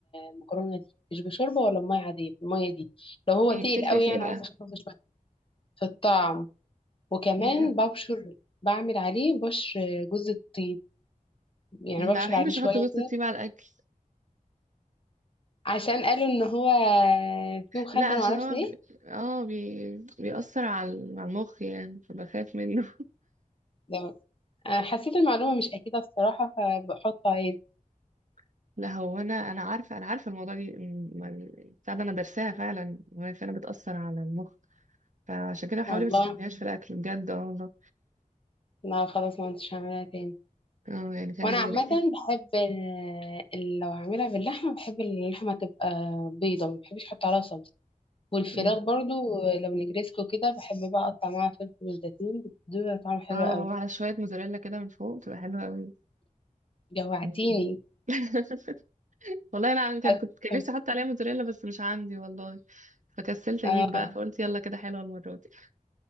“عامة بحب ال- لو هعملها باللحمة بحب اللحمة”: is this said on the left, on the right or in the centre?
Left